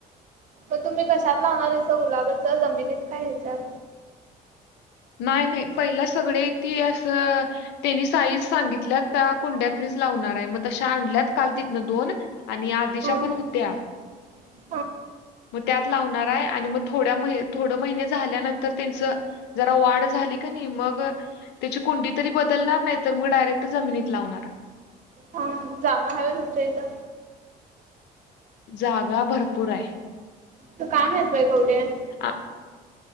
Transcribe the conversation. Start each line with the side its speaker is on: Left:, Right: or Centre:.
Right: मग तुम्ही कशात लावणार याचं गुलाबाचं जमिनीत काय ह्याच्यात
Left: नाही नाही पहिला सगळे ती असं त्यांनी साईज सांगितल्या त्या कुड्यातनीच लावणार आहे मग तशा आणल्यात काल तिथनं दोन. आणि आ दिशा
Right: हा
Left: पण होत्या
Right: <inaudible>
Left: मग त्यात लावणार आहे आणि मग थोड्या महि थोडं महिने झाल्यानंतर त्यांचं जरा वाढ झाली का नाही मग त्याची कुंडी तरी बदलणार नाही तर मग डायरेक्ट जमिनीत लावणार.
Right: हा जागा हव तुमच्या इथं
Left: जागा भरपूर आहे.
Right: तू काय माहित बाई <unintelligible>
Left: ह